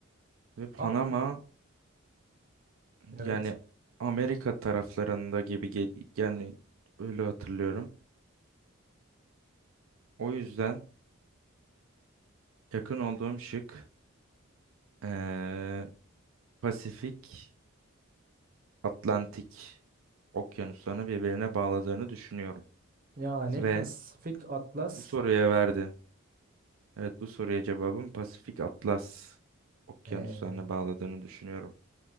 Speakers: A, on the right (about 70°); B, on the right (about 40°).
A: Ve Panama
B: At evet.
A: yani Amerika taraflarında gibi gel- yani öyle hatırlıyorum. O yüzden yakın olduğum şık eee, Pasifik, Atlantik okyanuslarını birbirine bağladığını düşünüyorum.
B: Yani
A: Ve
B: Pasifik Atlas.
A: bu soruya verdi. Evet bu soruya cevabım Pasifik Atlas okyanuslarını
B: Ee,
A: bağladığını düşünüyorum.